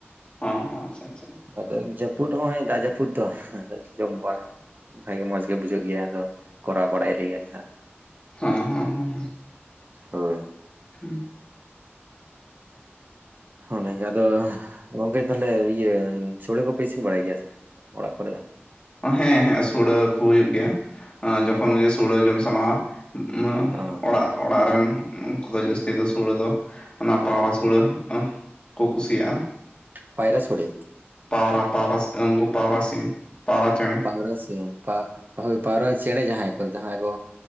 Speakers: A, on the left (about 25°); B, on the right (about 45°).
A: ᱦᱮᱸ ᱦᱚᱸ ᱟᱪᱦᱟ ᱟᱪᱷᱟ᱾
B: ᱟᱫᱚ ᱡᱟᱹᱯᱩᱫ ᱦᱚᱸᱜᱭ ᱫᱟᱜ ᱡᱟᱹᱯᱩᱫ ᱫᱚ᱾ ᱡᱚᱢ ᱵᱟᱲᱟ᱾ ᱵᱷᱽᱟᱜᱮ ᱢᱚᱸᱡᱽ ᱜᱮ ᱵᱩᱡᱷᱟᱹᱜ ᱜᱮᱭᱟ᱾ ᱟᱫᱚ ᱠᱚᱨᱟᱣ ᱵᱟᱲᱟᱭ ᱞᱮᱭᱟᱞᱮ᱾ ᱱᱦᱟᱸᱜ
A: ᱦᱮᱸ ᱦᱮᱸ ᱦᱮᱸ ᱦᱮᱸ
B: ᱦᱳᱭ
A: ᱦᱩᱸ
B: ᱦᱚᱱᱮᱜᱮ ᱟᱫᱚ ᱜᱚᱝᱠᱮ ᱛᱟᱦᱚᱞᱮ ᱤᱭᱟᱹ ᱥᱳᱲᱮᱸ ᱠᱚᱯᱮ ᱤᱥᱤᱱ ᱵᱟᱲᱟᱭ ᱜᱮᱭᱟ ᱾ ᱥᱮ ᱚᱲᱟᱜ ᱠᱚᱨᱮ ᱫᱚ
A: ᱦᱮᱸ ᱦᱮᱸ ᱥᱩᱲᱟᱹ ᱠᱚ ᱦᱩᱭᱩᱜ ᱜᱮᱭᱟ᱾ ᱡᱚᱠᱷᱚᱱ ᱜᱮ ᱥᱩᱲᱟᱹ ᱡᱚᱢ ᱥᱟᱜᱱᱟ ᱦᱟ
B: ᱚ
A: ᱚᱲᱟᱜ ᱚᱲᱟᱜ ᱨᱮᱱ ᱩᱱᱠᱩ ᱫᱚ ᱡᱟᱹᱥᱛᱤ ᱫᱚ ᱥᱩᱲᱟᱹ ᱫᱚ, ᱚᱱᱟ ᱯᱟᱣᱨᱟ ᱥᱩᱲᱟᱹ ᱠᱚ ᱠᱩᱥᱤᱭᱟᱜᱼᱟ
B: ᱯᱟᱭᱨᱟ ᱥᱳᱲᱮ
A: ᱾ᱯᱟᱣᱨᱟ - ᱯᱟᱣᱨᱟ ᱩᱸᱜᱚ ᱯᱟᱣᱨᱟ ᱥᱤᱢ ᱯᱟᱣᱨᱟ ᱪᱮᱬᱮᱸ
B: ᱯᱟᱣᱨᱟ ᱥᱮᱢ ᱯᱟᱣᱨᱟ ᱪᱮᱬᱮᱸ ᱡᱟᱦᱟᱸᱭ ᱠᱚ, ᱡᱟᱦᱟᱸᱭ ᱠᱚ